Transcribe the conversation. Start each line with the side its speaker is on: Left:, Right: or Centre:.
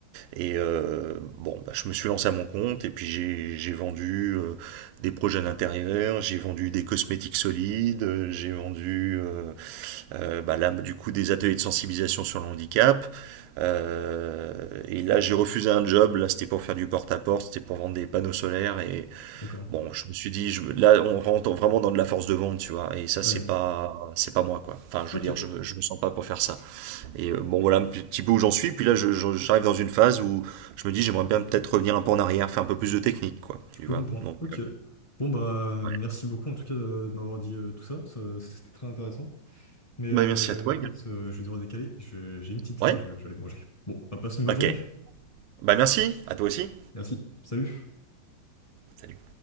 Right: et euh, bon, bah, je me suis lancé à mon compte et puis j'ai, j'ai vendu euh, des projets d'intérieur, j'ai vendu des cosmétiques solides, euh, j'ai vendu euh, euh, bah, là du coup des ateliers de sensibilisation sur le handicap. Euh, et là, j'ai refusé un job. Là, c'était pour faire du porte-à-porte, c'était pour vendre des panneaux solaires. Et,
Left: d'accord.
Right: Bon, je me suis dit, je, là, on rentre vraiment dans de la force de vente, tu vois, et ça, c'est
Left: Ouais.
Right: pas, c'est pas moi, quoi. Enfin, je
Left: Ok.
Right: veux dire, je me, je me sens pas pour faire ça. Et euh, bon, voilà un petit peu où j'en suis, puis là, je- je- j'arrive dans une phase où je me dis, j'aimerais bien peut-être revenir un peu en arrière, faire un peu plus de technique, quoi,
Left: Je
Right: tu
Left: peux
Right: vois.
Left: comprendre.
Right: Donc,
Left: Ok.
Right: euh,
Left: Bon, bah,
Right: ouais.
Left: merci beaucoup en tout cas de, de m'avoir dit euh, tout ça. Ça- C'était très intéressant. Mais
Right: Bah,
Left: euh,
Right: merci à toi,
Left: écoute,
Right: également.
Left: euh, je vais devoir décaler. Je- j'ai une petite
Right: Ouais?
Left: faim, je vais, je vais aller manger. Bon, bah, passe une bonne
Right: Ok.
Left: journée.
Right: Bah, merci, à toi aussi.
Left: Merci. Salut.
Right: Salut.